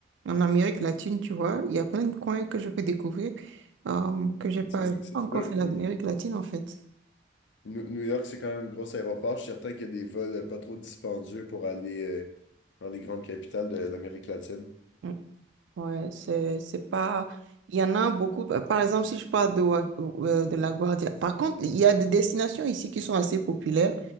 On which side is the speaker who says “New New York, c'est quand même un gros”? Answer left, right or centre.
Left